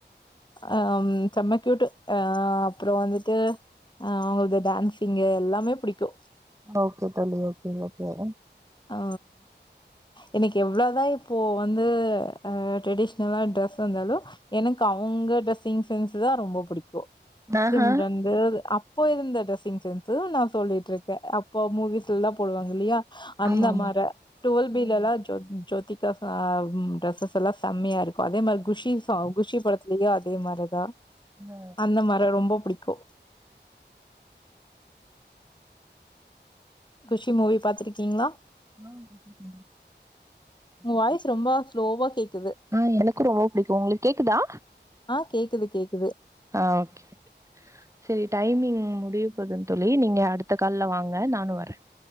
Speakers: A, on the left; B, on the right.
A: ஆம் செம க்யுட் அ அப்றோ வந்துட்டு அ அவங்களது டான்சிங் எல்லாமே பிடிக்கு
B: ஓகே தோழி ஓகே ஓகே
A: ஆ இன்னைக்கு எவ்ளோதா இப்போ வந்து அ ட்ரெடிஷ்னலா ட்ரெஸ் வந்தாலு எனக்கு அவங்க டிரெஸ்ஸிங் சென்ஸ்தா ரொம்ப புடிக்கு
B: ஆஹா
A: சிம்ரன்து ப்போ இருந்த டிரெஸ்ஸிங் சென்ஸ்தா நா சொல்லிட்டு இருக்கே அப்போ மூவிஸ்லல்லா போடுவாங்க இல்லயா அந்த
B: ஆமா ஆமா
A: மாரா டோல் பி
B: ம்
A: லல்லா ஜோதிகா சா ம் டிரெஸ்ஸஸ் எல்லா செம்மியா இருக்கு அதே மார் குஷி ஷா குஷி படத் லியு அதே மாருதா
B: ஆ
A: அந்த மார ரொம்ப புடிக்கு குஷி மூவி பாத்திருக்கீங்ளா
B: ஆ பாத்துருக்க
A: உங்க
B: <inaudible>
A: வாய்ஸ் ரொம்ப ஸ்லோவா கேக்குது
B: ஆ எனக்கு ரொம்ப புடிக்கு உங்களுக் கேக்குதா
A: ஆ கேக்குது கேக்குது
B: ஆ ஓகே சரி டைமிங் முடிய போதுன் தோழி நீங்க அடுத்த கால்ல வாங்க நானு வரே